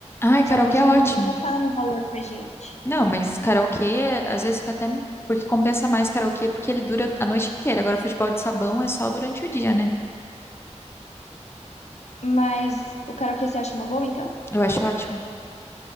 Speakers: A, on the left (about 20°); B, on the left (about 65°).
A: Ai,
B: Só
A: karaokê
B: que eles
A: é
B: não,
A: ótimo.
B: não passaram valor pra gente.
A: Não, mas karaokê, às vezes fica até. Porque compensa mais karaokê porque ele dura a noite inteira. Agora, futebol de sabão é só durante o dia, né?
B: Mas o karaokê você acha uma boa, então?
A: Eu acho ótimo.